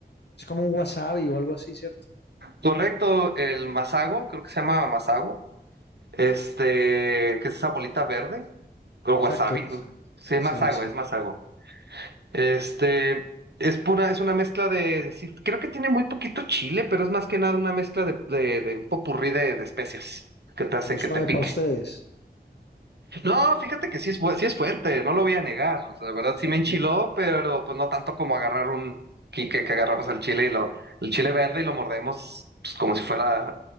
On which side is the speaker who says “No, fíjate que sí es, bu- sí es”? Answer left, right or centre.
Right